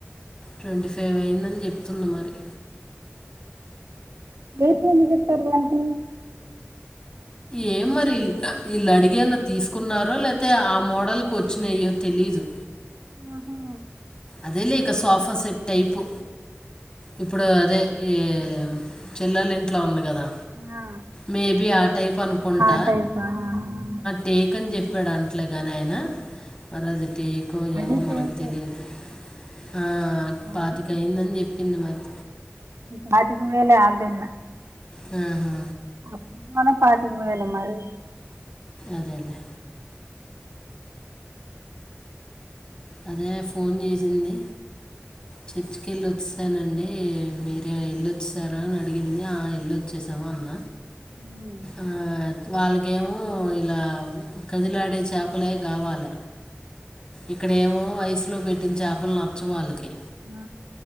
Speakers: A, on the left; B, on the right.
A: ట్వంటీ ఫైవ్ అయిందని చెప్తుంది మరి
B: దేన్కెందుకు చెప్తరు దానికి
A: ఏం మరి ఇళ్ళు అడిగి ఏమన్నా తీసుకున్నారో లేతే ఆ మోడల్కు వచ్చినాయ్యో తెలి ఫీజు
B: ఆహా
A: అదేలే ఇక సోఫా సెట్ టైపు ఇప్పుడు అదే ఏ చెల్లెల్ ఇంట్లో ఉంది కదా
B: ఆ,
A: మేబీ ఆ టైప్ అనుకుంట
B: ఆ టైపా ఆహా.
A: టెక్ అని చె ప్పాడాంట్లే గానీ ఆయన మరి అది టెకో
B: అది
A: ఏమో
B: చేసే
A: మనకు తెలియదు. ఆ
B: వాళ్ళు
A: పాతికయిందని చెప్పింది మరి
B: పాతికవేలే ఆన్లైన్ లా
A: హ్మ్ హు
B: అప్పుడు మళ్ళా పాతికవేలే మరి
A: అదేలేే అదే ఫోన్ చేసింది చర్చ్ కెళ్ళి వచ్చెసన అండి మీరు ఏళ్ళోచ్చారా అని అడిగింది ఆ ఏళ్ళోచ్చేసాము అన్న
B: ఉమ్.
A: ఆ వాళ్ళకేమో ఇలా కదిలాడే చాపలే కావాల ఇక్కడేమో ఐస్ లో పెట్టిన చాపల్ నచ్చవ్ వాళ్ళకి
B: నా